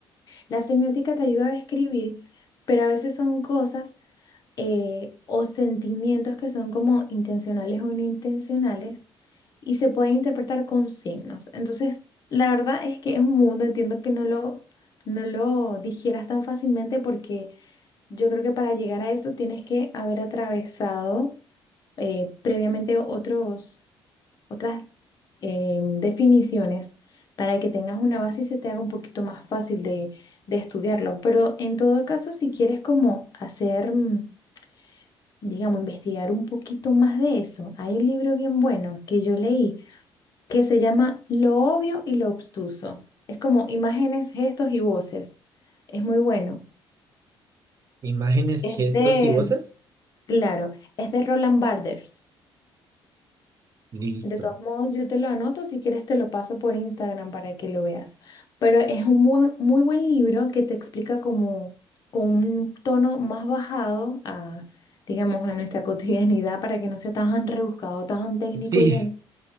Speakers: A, on the left; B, on the right.
A: La semiótica te ayuda a describir, pero a veces son cosas eh, o sentimientos que son como intencionales o inintencionales y se pueden interpretar con signos. Entonces, la verdad es que es un mundo, entiendo que no lo, no lo digieras tan fácilmente porque yo creo que para llegar a eso tienes que haber atravesado eh, previamente otros, otras eh, definiciones. para que tengas una base y se te haga un poquito más fácil de, de estudiarlo. Pero en todo caso, si quieres como hacer mm, digamos, investigar un poquito más de eso. Hay un libro bien bueno que yo leí que se llama Lo obvio y lo obstuso. Es como imágenes, gestos y voces. Es muy bueno.
B: Imágenes,
A: Es
B: gestos
A: de,
B: y voces.
A: claro, es de Roland Barthes.
B: Listo.
A: De todos modos, yo te lo anoto, si quieres te lo paso por Instagram para que lo veas. Pero es un buen- muy buen libro que te explica como con un tono más bajado a, digamos, a nuestra <laughs> cotidianidad para que no sea tan rebuscado, tan técnico
B: Sí,
A: y denso